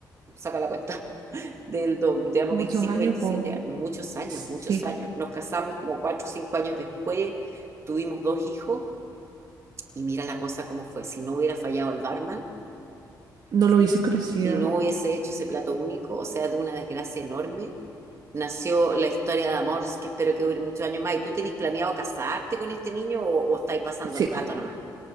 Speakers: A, on the right; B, on the right.
A: saca la cuenta, <laughs> del, do- digamos,
B: muchos
A: 25,
B: años,
A: 27
B: pues
A: años, muchos años,
B: sí,
A: muchos años. Nos casamos como 4 o 5 años después, tuvimos dos hijos y mira la cosa cómo fue. Si no hubiera fallado el barman,
B: no
A: si
B: lo hubiese conocido.
A: si no hubiese hecho ese plato único, o sea, de una desgracia enorme, nació la historia de amor, que espero que dure muchos años más. ¿Y tú tenés planeado casarte con este niño o, o estáis pasando
B: Sí,
A: el rato nomás?